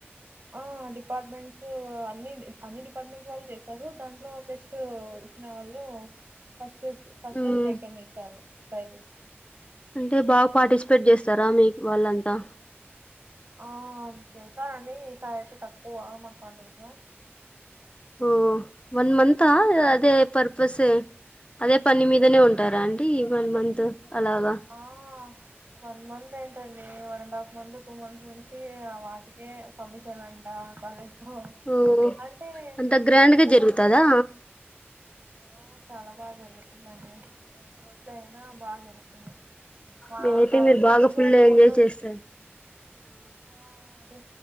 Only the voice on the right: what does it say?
ఆ డిపార్ట్మెంట్స్ అన్ని అన్ని డిపార్ట్మెంట్స్ వాళ్ళు చేస్తారు దాంట్లో ఫస్ట్ ఇచ్చిన వాళ్ళు first first
and second ఇసారు ప్రైజెస్
ఆ చేసారండి ఈసారి అయితే తక్కువ మా కాలేజ్ లా
అచ్
ఆ వన్ మంత్ ఏంటండి one and half month two months నుంచి వాటికే పర్మిషన్ అంట కాలేజ్
అంటే
కొంతమంది
ఆ చాలా బాగా జరుగుతుందండి రెండు రోజు ఇట్లఅయినా బాగా జరుగుతుంది మా
కాలేజ్లో
అయితే
మూడు
రోజులు
ఆ అదే